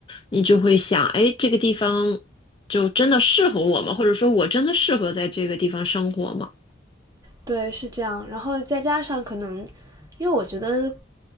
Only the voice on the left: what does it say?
你就会想，哎，这个地方就真的适合我吗？或者说我真的适合在这个地方生活吗？